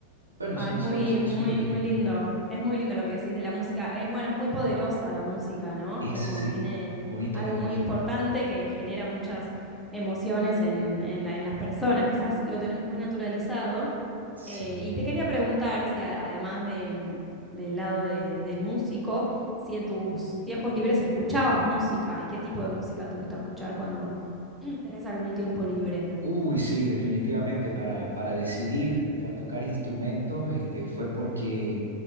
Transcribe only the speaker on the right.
bueno, eso,
eso,
eso
es lo lindo.
Es,
sí,
bonita
descripción.
Sí.
Uy, sí, definitivamente para, para decidir a tocar instrumentos, este, fue porque,